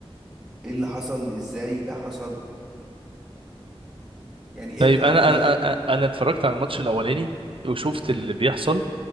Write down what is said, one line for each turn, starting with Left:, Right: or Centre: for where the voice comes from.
Centre: ايه اللي حصل ازاي ده حصل يعني
Right: طيب
Centre: انت لو
Right: انا
Centre: فريقك
Right: انا انا أنا اتفرجت على الماتش الاولاني وشفت
Centre: امم
Right: اللي بيحصل